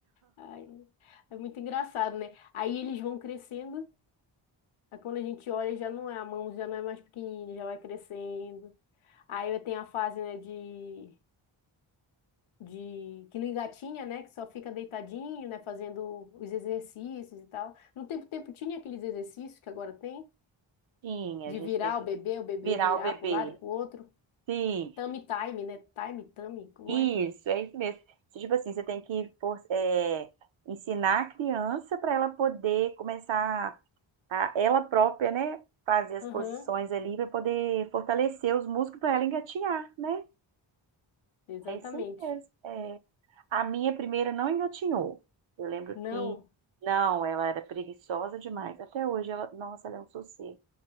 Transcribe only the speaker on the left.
Ai, é muito engraçado, né? Aí eles vão crescendo. Aí quando a gente olha, já não é a mão, já não é mais pequenininha, já vai crescendo. Aí tem a fase, né, de, de que não engatinha, né, que só fica deitadinho, né, fazendo os exercícios e tal. No tempo tempo tinha aqueles exercícios que agora tem,
de
virar
o bebê, o bebê
virar
para o lado e para o outro.
Tummy time, né? Time, tummy, como
é?
Aham,
exatamente.
Não.